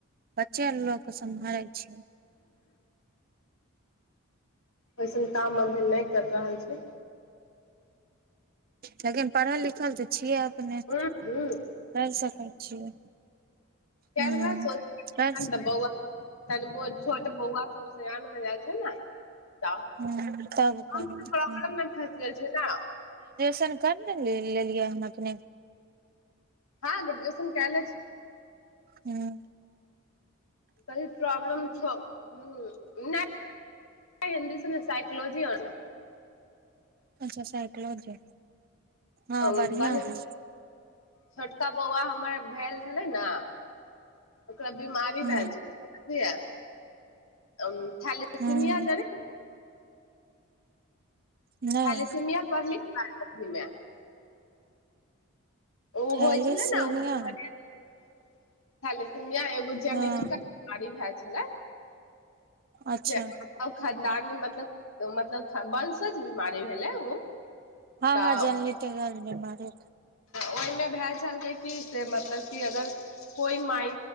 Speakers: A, on the right (about 45°); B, on the left (about 75°).
A: बच्चे लोक सम्हारै छै
B: बस काम अभी नहि कर रहल छी
A: लेकिन पढ़ल लिखल तऽ छियै आब अपने
B: ह
A: कर
B: ह
A: सकै छियै
B: करबै
A: हूँ
B: सोच
A: कर
B: बौआ तन बहुत छोट बौआ सब सेयान हो जाइ छै ने त घरकें
A: हूँ तब करबै
B: प्रॉब्लम
A: हूँ
B: मेफंस गेल छी ने
A: त न कर नेे लेलियै हन अपने
B: हँ ग्रुजेशन कहले छी
A: हुँ
B: कहलिए प्रॉब्लम छौ हूँ नहि हिन्दी स सइकोलॉजी अनोर्स
A: अच्छा साइकलॉजी
B: ऑनलाइन
A: हँ बढ़िआँ
B: कल
A: है
B: छोटका बौआ हमर भेल छलै ने ओकरा बीमारी
A: ह
B: भेल छलै समझलियै अ <inaudible> खाली
A: ह
B: सीमिया जाने
A: नहि
B: खाली सिमिया पढ़लिय भी मे ओ
A: थैलीसीमिया
B: होइ छलै ने खाय ले से यहाँ एगो जनिटिका
A: हँ
B: कारि भाई छै हेलय
A: अच्छा
B: जय खादी कामिन मतलब मतलब बंसज बीमारी भेलै ओ
A: हँ
B: तऽ
A: हँ जनलेटर आर मे मारे
B: ओहिमे भए जा क़हलकय की से मतलब कि अगर कोइ माइ